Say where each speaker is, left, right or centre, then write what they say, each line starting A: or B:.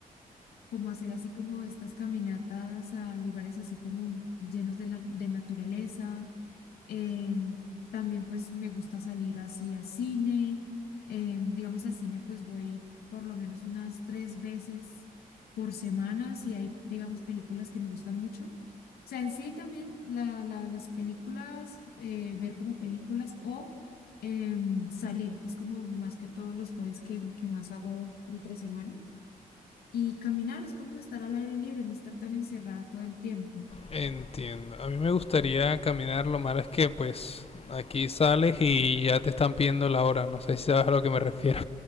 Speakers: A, on the left; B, on the left.
A: como hacer así como estas caminatas a lugares así como llenos de, la, de naturaleza Em, también pues me gusta salir así a cine. Em, digamos a cine pues voy por lo menos unas tres veces por semana si hay digamos películas que me gustan mucho. O sea, en sí también la, la- las películas, eh, ver como películas o em, salir, es como más que todos los hobbies que, que más hago entre semana. Y caminar es como estar al aire libre, no estar tan encerrada todo el tiempo.
B: Entiendo. A mí me gustaría caminar, lo malo es que pues aquí sales y ya te están pidiendo la hora, no sé si sabes a lo que me refiero.